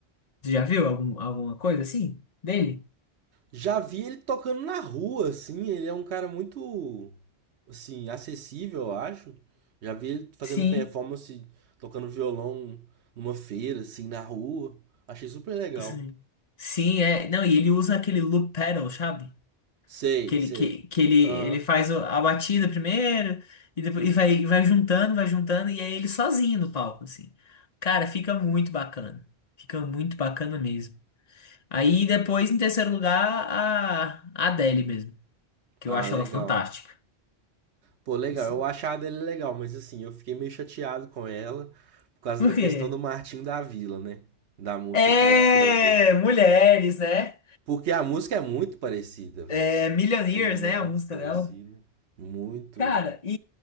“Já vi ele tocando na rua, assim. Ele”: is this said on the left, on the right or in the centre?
Right